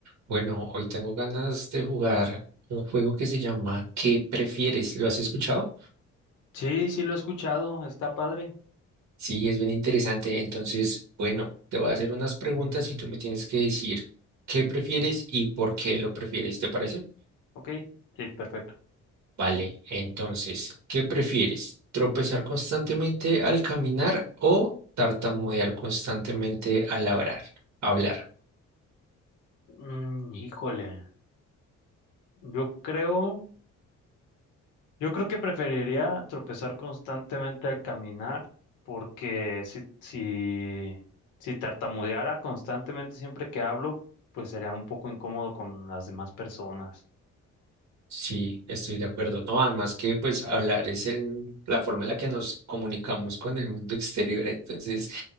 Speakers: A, on the right; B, on the left.
A: Bueno, hoy tengo ganas de jugar un juego que se llama ¿Qué prefieres? ¿Lo has escuchado?
B: Sí, sí lo he escuchado, está padre.
A: Sí, es bien interesante. Entonces, bueno, te voy a hacer unas preguntas y tú me tienes que decir qué prefieres y por qué lo prefieres, ¿te parece?
B: Ok. Sí, perfecto.
A: Vale, entonces, ¿qué prefieres? ¿Tropezar constantemente al caminar o tartamudear constantemente al hablar? Hablar.
B: Mm, híjole, yo creo, yo creo que preferiría tropezar constantemente al caminar, porque si, si, si tartamudeara constantemente siempre que hablo, pues sería un poco incómodo con las demás personas.
A: Sí, estoy de acuerdo. No, además que pues hablar es el, la forma en la que nos comunicamos con el mundo exterior. Entonces,